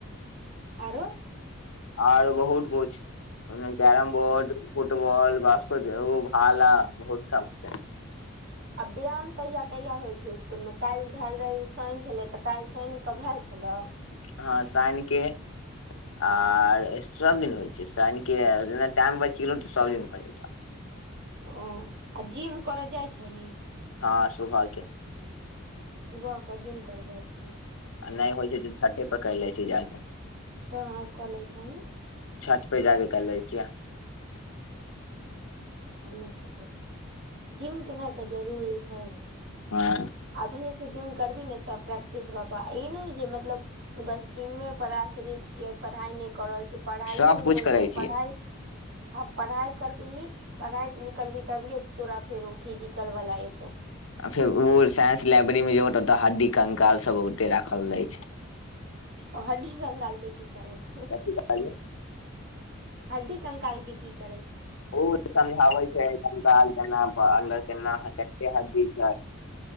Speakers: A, on the right (about 55°); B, on the left (about 70°).
A: आरो।
B: आरो बहुत कुछु ओमे कैरम बोर्ड फुटबॉल बासकट एगो भाला बहुत सभ छैय।
A: आ व्यायाम कहिया कहिया होइत छैय इसकुलमे काल्हि भेल रहै शनि छलै तऽ काल्हि शानि कऽ भेल छलै।
B: हँ शनिके <inaudible> आर एक्स्ट्रा दिन होइ छै शनिके आ जेना टाइम बचि गेलै त सबदिन भ जेत।
A: ओ आ जिम कर जाइ छहीं?
B: हँ सुबह के।
A: सुबह क जिम कर जाइ छहीन?
B: आ नै होइ छै त छते पर कैर लै छिअइ जा के।
A: कहां क लै छहीं?
B: छत पर जाके कर लै छियै।
A: अच्छा <inaudible> भने क लै छें। <inaudible> जिम केनाइ त जरूरी छैहे‌
B: हँ
A: <inaudible> अभीए सं जिम करभी ने त प्रैक्टिस रहतौ। ई नै जे मतलब बस जिम्मे पर आश्रित छिअइ, पढ़ाई नै क रहल छी। पढ़ाइयो
B: सब कुछ
A: मेन
B: करै
A: छै
B: छियै
A: पढ़ाई पढ़ाई करबिही, पढ़ाई से निकलभी तभिए तोरा फेर ओ फिजिकल वाला एतौ।
B: आ फेर ओ साइंस लाइब्रेरी मे जो त हड्डी कंकाल सब ओतै राखल रहै छै।
A: ओ हड्डी कंकालके की करै छै?
B: कथी कहलियै
A: हड्डी कंकाल के की करै छै?
B: ओ समझाबै छै कंकाल केना पर अन्दर केना केते हड्डी छै।